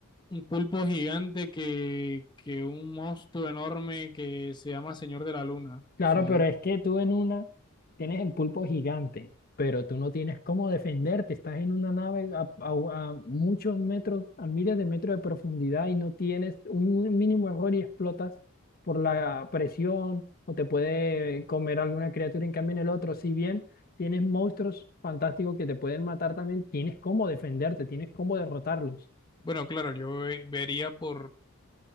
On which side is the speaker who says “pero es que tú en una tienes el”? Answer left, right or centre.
Left